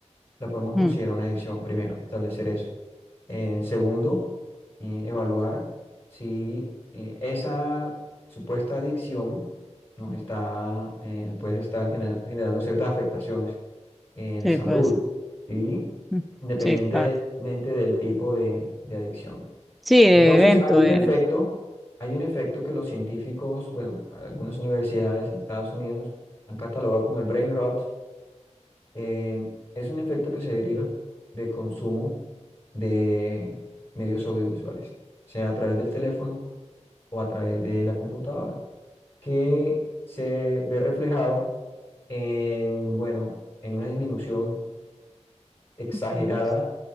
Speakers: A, on the left; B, in the centre.
A: la podemos considerar
B: Mm,
A: una adicción, primero, establecer eso. Eh, segundo, eh, evaluar si eh, esa supuesta adicción nos está, eh, puede estar gener- generando ciertas afectaciones eh,
B: sí,
A: de salud,
B: puede ser.
A: ¿sí?
B: Mm,
A: independientemente
B: Sí, claro.
A: del tipo de, de adicción.
B: Sí, de
A: Entonces,
B: evento.
A: hay un
B: de-
A: efecto, hay un efecto que los científicos, bueno, algunas universidades en Estados Unidos han catalogado como el brain rot. eh, es un efecto que se deriva del consumo de medios audiovisuales, sea a través del teléfono o a través de la computadora, que se ve reflejado en, bueno, en una disminución exagerada
B: Mm,